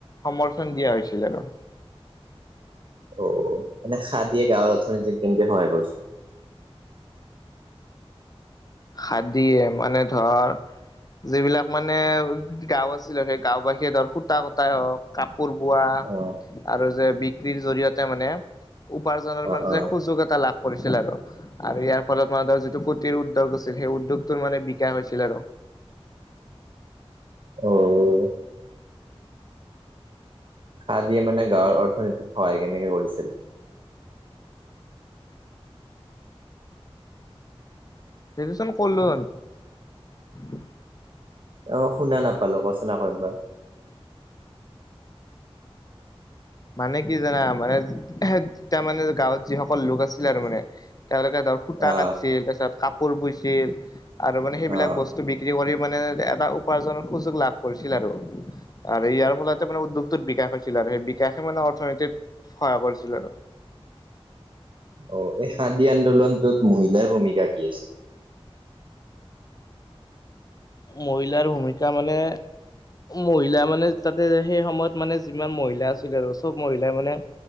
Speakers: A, on the left; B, on the right.
A: সমৰ্থন দিয়া হৈছিল আৰু
B: অ এনে খাদিয়ে গাঁৱৰ অৰ্থনীতি তেনকে সহায় কৰছে
A: খাদিয়ে মানে ধৰা যিবিলাক মানে গাও আছিল আৰু সেই গাওবাসীয়ে ধৰা সুতা কূতাই হওক কাপোৰ বোৱা
B: অ
A: আৰু যে বিক্ৰীৰ জৰিয়তে মানে উপাৰ্জনৰ
B: অ
A: মানে
B: অ
A: যে সুযোগ এটা লাভ কৰিছিল আৰু আৰু ইয়াৰ ফলত মান ধৰ যিটো কোটিৰ উদ্যোগ আছিল সেই উদ্যোগটো মানে বিকাশ হৈছিল আৰু
B: অও খাদিয়ে মানে গাঁৱৰ অৰ্থনীতিত সহায় কেনেকে কৰিছিল
A: গেজোয়েচন কৰলো <unintelligible>
B: অ শুনা নাপালো ক চোন আক একবাৰ
A: মানে কি জানা মানে তেতামানে গাঁৱত যিসকল লোক আছিল আৰু মানে তেওঁলোকে দক সুতা
B: অ
A: কাটছিল তাৰপিছত কাপোৰ বুইছিল আৰু মানে সেইবিলাক
B: অ
A: বস্তু বিক বিক্ৰি কৰি মানে এবা উপ উপাৰ্জনৰ সুযোগ লাভ কৰিছিল আৰু আৰু ইয়াৰ ফলতে মানে উদ্যোগটোৰ বিকাশ হৈছিল আৰু সেই বিক বিকাশে মানে অৰ্থনীতিত সহায় কৰিছিল আৰু
B: অ এই খাদী আন্দোলনটোত মহিলাৰ ভূমিকা কি আছি
A: মহিলাৰ ভূমিকা মানে মহিলা মানে তাতে সেই সময়ত মানে যিমান মহিলা আছিল আৰু চব মহিলাই মানে